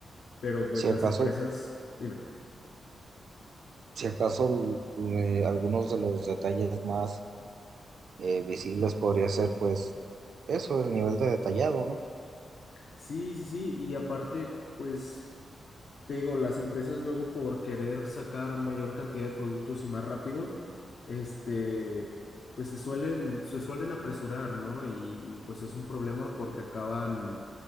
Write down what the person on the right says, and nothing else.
Si
acaso,
si acaso eh, algunos de los detalles más eh, visibles podría ser, pues, eso, el nivel de detallado, ¿no?